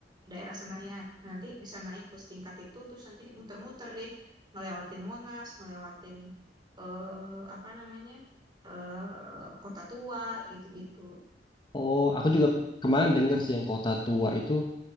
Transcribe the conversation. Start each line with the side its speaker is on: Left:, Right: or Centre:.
Right: daerah Senayan. Nanti bisa naik bus tingkat itu, terus nanti muter-muter deh, ngelewatin Monas, ngelewatin eh, apa namanya eh, Kota Tua gitu-gitu.
Left: oh aku juga kemarin denger sih yang kota tua itu